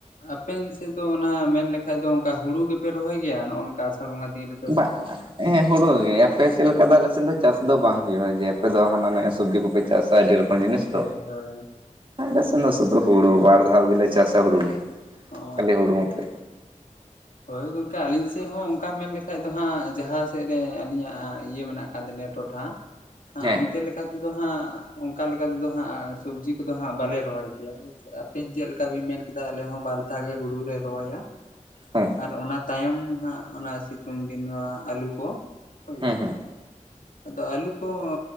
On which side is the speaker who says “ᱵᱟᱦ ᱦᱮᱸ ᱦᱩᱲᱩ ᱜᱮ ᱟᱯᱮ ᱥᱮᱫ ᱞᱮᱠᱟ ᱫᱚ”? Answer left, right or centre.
Right